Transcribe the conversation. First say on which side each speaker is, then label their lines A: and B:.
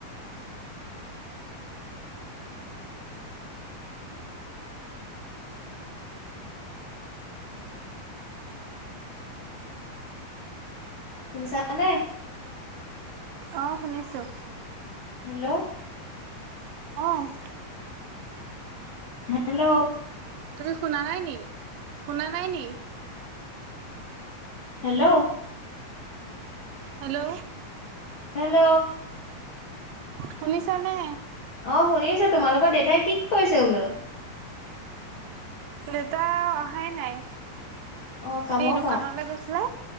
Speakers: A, on the left; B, on the right.
A: শুনিছা নে?
B: অ, শুনিছোঁ।
A: হেল্ল'।
B: অ'।
A: হেল্ল'।
B: তুমি শুনা নাই নি? শুনা নাই নি?
A: হেল্ল'।
B: হেল্ল'।
A: হেল্ল'।
B: শুনিছা নে?
A: অ, শুনিছো তোমালোকৰ দেউেতাই কি কৰিছে বোলো?
B: দেউতাই অহাই নাই।
A: অ' কামৰ
B: এই দোকানলৈ
A: পৰা
B: গৈছিলে,